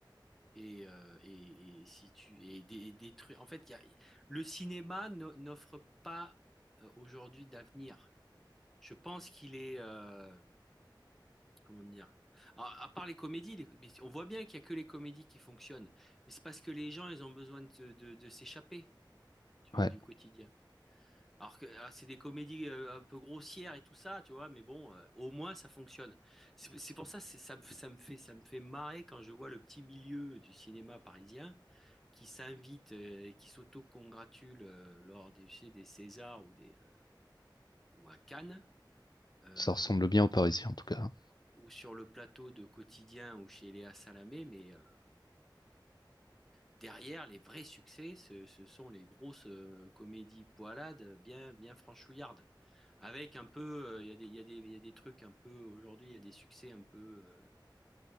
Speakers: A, in the centre; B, on the left.
A: Et, euh, et, et si tu et des, et des en fait il y a, le cinéma no- n'offre pas euh, aujourd'hui d'avenir je pense qu'il est euh, comment dire à, à part les comédies les- mais on voit bien qu'il y a que les comédies qui fonctionnent mais c'est parce que les gens ils ont besoin de, se- de, de s'échapper du,
B: ouais,
A: du quotidien alors que ah, c'est des comédies euh, un peu grossières et tout ça tu vois mais bon euh, au moins ça fonctionne c'est c'est pour ça c'est- ça me, ça me fait ça me fait marrer quand je vois le petit milieu du cinéma parisien qui s'invitent euh, et qui s'autocongratulent euh, lors des, je sais, des Césars ou, des, euh, ou à Cannes, euh,
B: ça ressemble bien aux Parisiens,
A: ou,
B: en tout cas. hein.
A: ou sur le plateau de Quotidien ou chez Léa Salamé, mais euh, derrière, les vrais succès, ce, ce sont les grosses euh, comédies poilades bien, bien franchouillardes. Avec un peu, euh, il euh, y a des, il y a des, il y a des trucs un peu, aujourd'hui, il y a des succès un peu, euh,